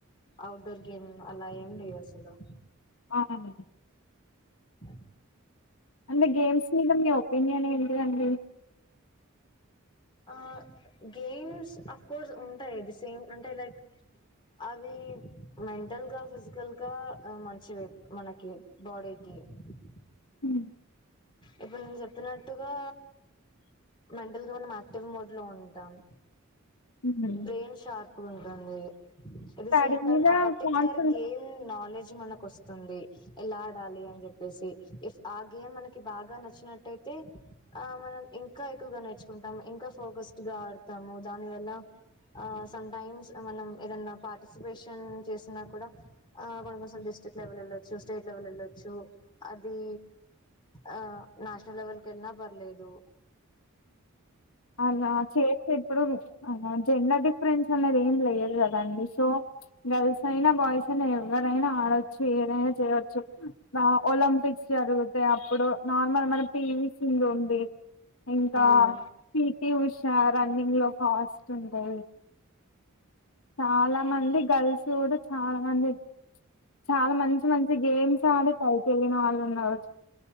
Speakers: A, on the left; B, on the left.
A: అఔట్డోర్ గేమ్ అలా ఏమ్ లేదు అసలు
B: అవును
A: అ
B: అంటే గేమ్స్ మీద మీ ఒపీనియన్ ఏంటిదండి
A: ఆ గేమ్స్ ఆఫ్ కోర్స్ ఉంటాయి అది సేమ్ అంటే లైక్ అవి మెంటల్ గా ఫిజికల్ గా మంచివి మనకి బాడీకి గ
B: ఉమ్,
A: ఇప్పుడు నేను చెప్పినట్టుగా మెంటల్గా మనం యాక్టివ్ మోడ్ లో ఉంటాం
B: ఉమ్.
A: బ్రెయిన్ షార్ప్ ఉంటుంది at the
B: study
A: same time
B: మీద
A: ఆ పర్టిక్యులర్
B: కాన్సంట్
A: గేమ్ నాలెడ్జ్ మనకు వస్తుంది స్తుంది ఎలా ఆడాలి అని చెప్పేసి ఇఫ్ ఆ గేమ్ మనకి బాగా నచ్చినట్టయితే ఆ మనం ఇంకా ఎక్కువగా నేర్చుకుంటాం ఇంకా ఫోకస్డ్ గా ఆడతాము దాని వల్ల ఆ సమ్ టైమ్స్ మనం ఏదన్నా పార్టిసిపేషన్ చేసిన కూడా ఆ కొన్నీ డిస్ట్రిక్ట్ లెవల్ వెలొచ్చు స్టేట్ లెవెల్ వెళ్లొచ్చు అది ఆ నేషనల్ లెవెల్కి వెళ్లినా పర్లేదు
B: అలా చేసే ఇప్పుడు జెండర్ డిఫరెన్స్ అనేది ఏం లేదు కద అండి సో గర్ల్స్ అయినా బాయ్స్ అయినా ఎవరైనా ఆడొచ్చు ఏదైనా చేయొచ్చు ఒలింపిక్ పిక్స్ జరుగుతాయి అప్పుడు నార్మల్ మన పి వి సింధూ ఉంది ఇంకా
A: అవును
B: పి టి ఉషా రన్నింగ్ లో ఫాస్ట్ ఉంది చాలా మంది గర్ల్స్ కూడా చాలా మంది చాలా మంచి మంచి గేమ్స్ ఆడి పైకి ఎదిగిన వాళ్ళు ఉన్నారు